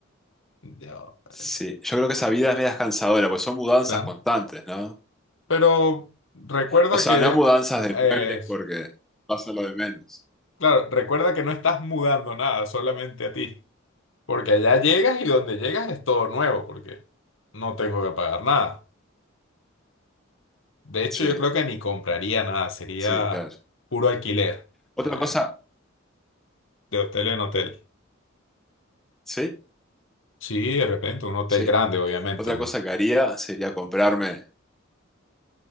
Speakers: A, on the left; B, in the centre.
A: yo,
B: Sí,
A: eh,
B: yo creo que esa vida es media cansadora, pues son mudanzas
A: claro.
B: constantes, ¿no?
A: Pero recuerda
B: O sea,
A: que,
B: no mudanzas de
A: eh,
B: muebles porque pasa lo de menos.
A: claro, recuerda que no estás mudando nada, solamente a ti. Porque allá llegas y donde llegas es todo nuevo, porque no tengo que pagar nada. De hecho,
B: Sí,
A: yo creo que ni compraría nada, sería
B: sí, claro.
A: puro alquiler,
B: Otra
A: eh,
B: cosa,
A: de hotel en hotel.
B: sí,
A: Sí, de repente, un hotel
B: sí.
A: grande, obviamente.
B: Otra
A: Un...
B: cosa que haría sería comprarme,